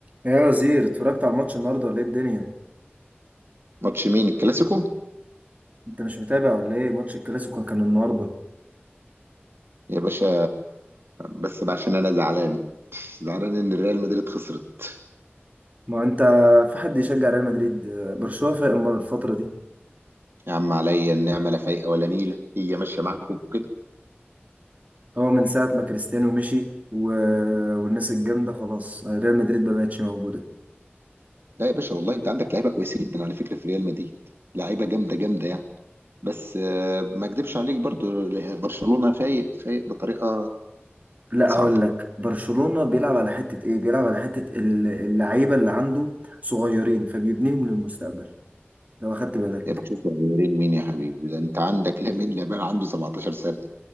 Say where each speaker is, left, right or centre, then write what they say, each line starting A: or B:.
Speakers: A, on the right; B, on the right.
A: ايه يا وزير اتفرجت على الماتش النهارده ولا ايه الدنيا
B: ماتش مين الكلاسيكو
A: انت مش متابع ولا ايه ماتش الكلاسيكو كان النهارده
B: يا باشا بس بقى عشان انا زعلان زعلان ان الريال مدريد خسرت
A: ما انت في حد يشجع ريال مدريد برشلونة فايق المرة- الفترة دي
B: يا عم عليا النعمه لا فايقه ولا نيله هي ماشيه معاكم كده
A: هو من ساعة ما كريستيانو مشي و... والناس الجامدة خلاص ريال مدريد ما بقتش موجودة
B: لا يا باشا والله انت عندك لعيبه كويسه جدا على فكره في ريال مدريد لعيبه جامده جامده يعني بس آه، ما اكدبش عليك برضو برشلونه فايق فايق بطريقه
A: لا
B: صعبه
A: هقول لك برشلونة بيلعب على حتة ايه بيلعب على حتة ال- اللعيبة اللي عنده صغيرين فبيبنيهم للمستقبل لو اخدت بالك
B: يا باشا صغيرين مين يا حبيبي ده انت عندك لامين يامال عنده 17 سنه